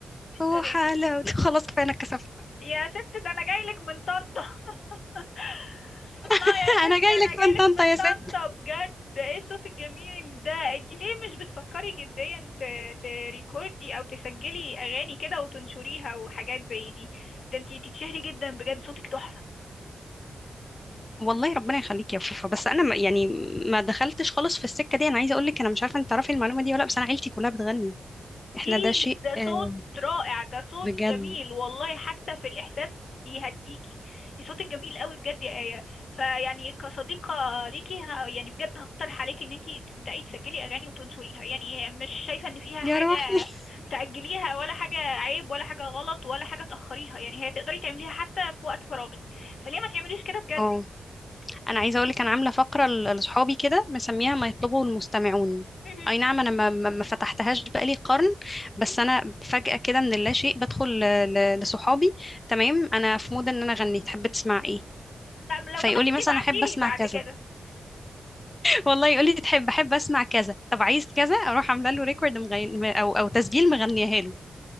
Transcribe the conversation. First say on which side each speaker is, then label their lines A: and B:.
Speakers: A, on the left; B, on the left.
A: يا
B: هو
A: سلام
B: حالا <laughs> خلاص كفايه انا اتكسفت
A: يا ست ده انا جايلك من طنطا <laughs> الله
B: <laughs>
A: يا ست
B: انا جاي
A: ده انا
B: لك
A: جايلك
B: من طنطا
A: من
B: يا ست
A: طنطا بجد ده ايه الصوت الجميل ده انت ليه مش بتفكري جديا ت- تريكوردي او تسجلي اغاني كده وتنشريها وحاجات زي دي ده انت تتشهري جدا بجد صوتك تحفة
B: والله ربنا يخليك يا فوفا بس انا ما يعني ما دخلتش خالص في السكه دي انا عايزه اقول لك انا مش عارفه انت تعرفي المعلومه دي ولا لأ، بس انا عيلتي كلها بتغني احنا
A: دي
B: ده شيء
A: ده
B: آه،
A: صوت رائع ده صوت
B: بجد
A: جميل والله حتى في الإحساس بيهديكي صوتك جميل قوي بجد يا آية فيعني كصديقة ليكي ه- يعني بجد هقترح عليكي ان انتي تبدأي تسجلي أغاني وتنشريها يعني مش شايفة ان فيها
B: يا
A: حاجة
B: روحي <laughs>
A: تأجليها ولا حاجة عيب ولا حاجة غلط ولا حاجة تأخريها يعني هي تقدري تعمليها حتى في وقت فراغك فليه ما تعمليش كده بجد
B: اه انا عايزه اقول لك انا عامله فقره ل- لاصحابي كده مسميها ما يطلبه المستمعون
A: مهم.
B: اي نعم انا ما ما ما فتحتهاش بقالي قرن بس انا فجاه كده من اللاشيء بدخل ل- ل- لصحابي تمام انا في مود ان انا اغني تحب تسمع ايه
A: لا، لو
B: فيقولي
A: سمحتي
B: مثلا
A: تبعتيلي
B: احب اسمع
A: بعد
B: كذا
A: كده
B: والله يقول لي تحب بحب اسمع كذا طب عايز كذا اروح عامله له ريكورد مغني م- او او تسجيل مغنيها له